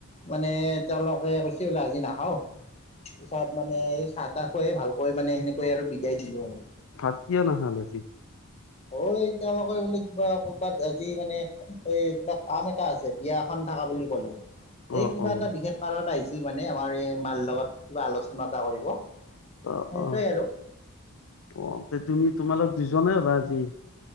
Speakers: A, on the left; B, on the left.
A: মানে তেওঁলোকে কৈছে বোলে আজি নাখাওঁ পিছত মানে এই চাহ তাহ খোৱাই ভালকৈ মানে সেনেকৈ আৰু বিদায় দিলো আৰু
B: থাকিয় নাহাল আজি
A: অ এই তেওঁলোকে বোলে কিবা ক'ৰবাত আজি মানে এই কিবা কাম এটা আছে বিয়া এখন থকা বুলি ক'লে
B: অ
A: এই কিবা
B: অ
A: এটা বিশেষ কাৰণ আহিছিল মানে আমাৰ এই মালদত কিবা আলোচনা এটা কৰিব।
B: অ
A: সেনেকেই
B: অ
A: আৰু
B: অ তে তুমি তোমালোক দুজনে হ'লা আজি।